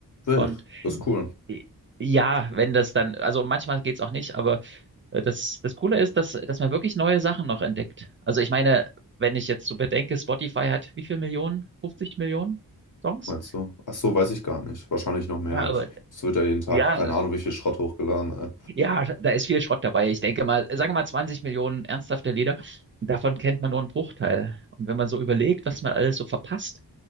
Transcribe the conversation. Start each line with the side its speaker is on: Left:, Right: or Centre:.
Left: wild.
Right: Und
Left: Das ist cool,
Right: i- ja, wenn das dann, also manchmal geht's auch nicht, aber äh, das, das Coole ist, dass, dass man wirklich neue Sachen noch entdeckt. Also ich meine, wenn ich jetzt so bedenke, Spotify hat wie viel Millionen? 50 Millionen Songs?
Left: meinst du? Ach so, weiß ich gar nicht. Wahrscheinlich noch mehr.
Right: Ja, aber
Left: Ich, es wird ja jeden Tag,
Right: Ja,
Left: keine
Right: es-
Left: Ahnung, wie viel Schrott hochgeladen. Ey.
Right: ja, da ist viel Schrott dabei. Ich denke mal, sagen wir mal 20 Millionen ernsthafte Lieder, davon kennt man nur einen Bruchteil. Und wenn man so überlegt, was man alles so verpasst,